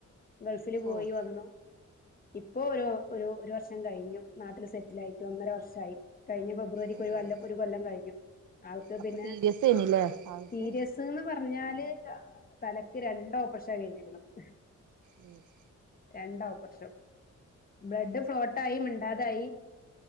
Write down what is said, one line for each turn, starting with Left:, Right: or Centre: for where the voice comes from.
Left: ഗൾഫില് പോയി
Right: ഓഹ്
Left: വന്നു ഇപ്പോ ഒരു ഒരു വർഷം കഴിഞ്ഞു നാട്ടില് സെറ്റിൽ ആയി ഒന്നര വർഷായി കഴിഞ്ഞ ഫെബ്രുവരിക്ക്
Right: ഓ
Left: ഒരു
Right: ഓ
Left: വല്ല ഒരു കൊല്ലം കഴിഞ്ഞു. അവിടത്തെ
Right: അപ്പൊ
Left: പിന്നെ
Right: സീരിയസ് ആയിനില്ലേ ആൾക്ക്
Left: സീരിയസ്ന്ന് പറ പറഞ്ഞാല് തലക്ക് രണ്ട് ഓപ്പറേഷൻ കഴിഞ്ഞിരിക്കണത്.
Right: ഉം <inaudible>
Left: രണ്ട് ഓപ്പറേഷൻ. ബ്ലഡ് ഫ്ലോട്ടായി അതായി